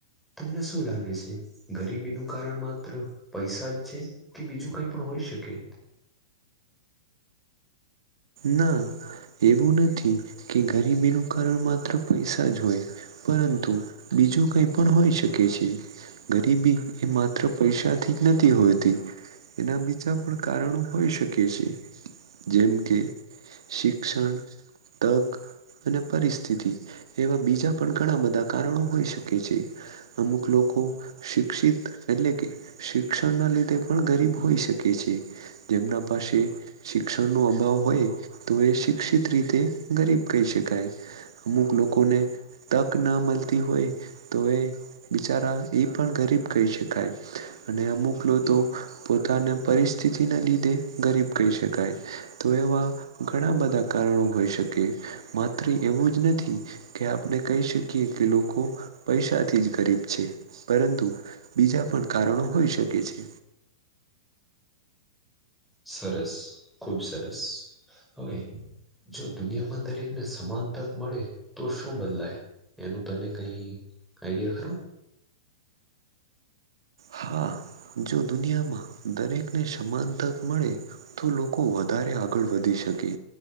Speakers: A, in the centre; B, on the right.
A: તમને શું લાગે છે ગરીબીનું કારણ માત્ર પૈસા જ છે. કે બીજું કઈ પણ હોય શકે.
B: ના એવું નથી કે ગરીબીનું કારણ માત્ર પૈસા જ હોય. પરંતુ બીજું કઈ પણ હોઈ શકે છે. ગરીબી એ માત્ર પૈસાથી જ નથી હોતી. એના બીજા પણ કારણો હોઈ શકે છે જેમ કે શિક્ષણ, તક અને પરિસ્થિતિ એવા બીજા પણ ઘણા બધા કારણો હોઈ શકે છે. અમુક લોકો શિક્ષિત એટલે કે શિક્ષણના લીધે પણ ગરીબ હોઈ શકે છે. જેમના પાસે શિક્ષણનો અભાવ હોય. તો એ શિક્ષિત રીતે ગરીબ કહી શકાય અમુક લોકોને તક ન મળતી હોય તો એ બિચારા એ પણ ગરીબ કહી શકાય અને અમુક લોકો પોતાને પર સ્થિના લીધે ગરીબ કહી શકાય તો એવા ઘણા બધા કારણો હોઈ શકે માત્ર એવું જ નથી. કે આપણે કહી શકીએ કે લોકો પૈસાથી જ ગરીબ છે પરંતુ. બીજા પણ કારણો હોઈ શકે છે.
A: સરસ ખુબ સરસ હવે જો દુનિયામાં દરેકને સમાન તક મળે તો શું બદલાય એનું તને કઈ આઈડિયા ખરું.
B: હા જો દુનિયામાં દરેકને સમાન તક મળે તો લોકો વધારે આગળ વધી શકે.